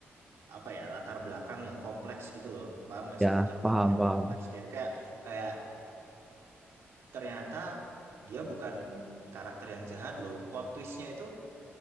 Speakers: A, on the right (about 70°); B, in the centre.
A: apa ya? Latar belakang yang kompleks gitu loh. Paham nggak
B: ya,
A: sih latar
B: paham,
A: belakangnya itu
B: paham.
A: kompleks. Dia itu kayak kayak ternyata dia bukan karakter yang jahat loh. Plot twistnya itu